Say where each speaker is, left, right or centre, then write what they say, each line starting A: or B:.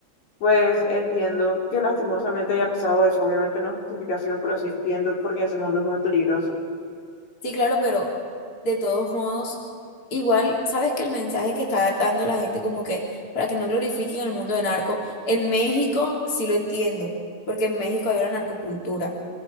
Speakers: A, on the left; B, on the left.
A: pues entiendo que lastimosamente haya pasado eso. Obviamente no es justificación, pero sí entiendo porque ese mundo es muy peligroso.
B: Sí, claro, pero de todos modos, igual, sabes que el mensaje que está dando la gente como que para que no glorifiquen el mundo de narco, en México sí lo entiendo, porque en México hay una narcocultura,